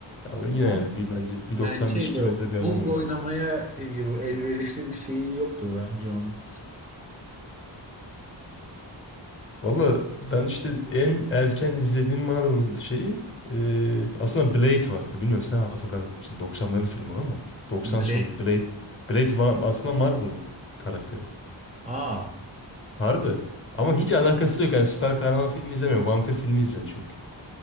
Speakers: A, on the left; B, on the right.
A: Ya ben yine
B: Ama
A: yani bir bence 195
B: yani şey
A: iki
B: böyle
A: metre bir adam
B: Hulk
A: oynamalı.
B: oynamaya elverişli bir şey yoktu bence onun.
A: Valla ben işte en erken izlediğim Marvel şeyi e, aslında Blade vardı. Bilmiyorum sen hatırlar mısın? 90'ların
B: Tamam.
A: filmi o ama. 90
B: Blade.
A: sonu Blade. Blade va- aslında Marvel'ın karakteri.
B: Aa.
A: Harbi. Ama hiç alakası yok. Yani süper kahraman filmi izlemiyorum. Vampir filmi izliyorum çünkü.